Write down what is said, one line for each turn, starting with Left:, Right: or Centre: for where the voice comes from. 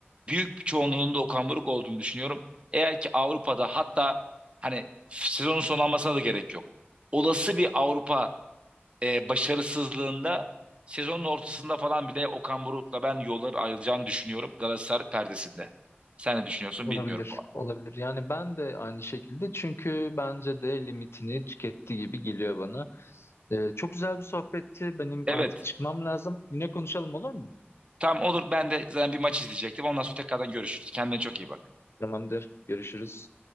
Right: büyük bir çoğunluğunun da Okan Buruk olduğunu düşünüyorum. Eğer ki Avrupa'da hatta hani sezonun sonlanmasına da gerek yok. Olası bir Avrupa e, başarısızlığında sezonun ortasında falan bile Okan Buruk'la ben yolları ayrılacağını düşünüyorum Galatasaray perdesinde. Sen ne düşünüyorsun
Left: Olabilir,
Right: bilmiyorum.
Left: olabilir. Yani ben de aynı şekilde çünkü bence de limitini tüketti gibi geliyor bana. E, çok güzel bir sohbetti. Benim
Right: Evet.
Left: artık çıkmam lazım. Yine konuşalım olur mu?
Right: Tamam olur. Ben de zaten bir maç izleyecektim. Ondan sonra tekrardan görüşürüz. Kendine çok iyi bak.
Left: Tamamdır. Görüşürüz.